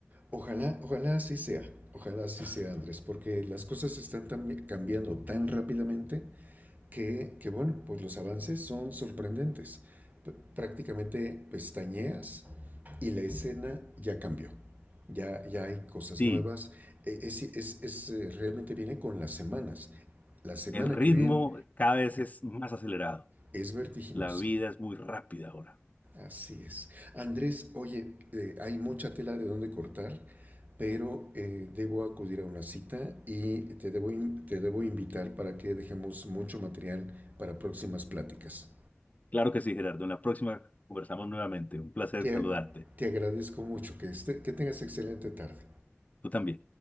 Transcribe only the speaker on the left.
Sí,
el ritmo
cada vez es más acelerado.
La vida es muy rápida ahora.
Claro que sí, Gerardo. En la próxima conversamos nuevamente. Un placer
saludarte.
Tú también.